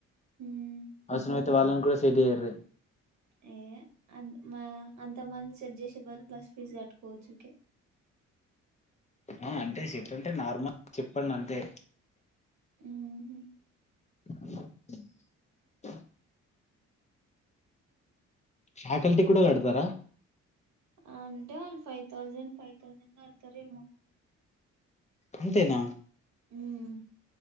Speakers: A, on the right; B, on the left.
A: ఉమ్మ్
B: అవసరమైతే వాళ్ళని కూడా సెట్ చేయుర్రి
A: ఏ అ మా అంత మంది సెట్ చేసే బదులు బస్ ఫీజ్ కట్టుకోవచ్చికే
B: ఆ అంటే సెట్ అంటే నార్మల్ చెప్పండి అంతే
A: ఉమ్
B: <inaudible> ఫ్యాకల్టీ కూడా కడతారా?
A: అంటే వాళ్ళు ఫైవ్ థౌజండ్ ఫైవ్ థౌజండ్ కడతారేమో
B: అంతేనా
A: ఉమ్మ్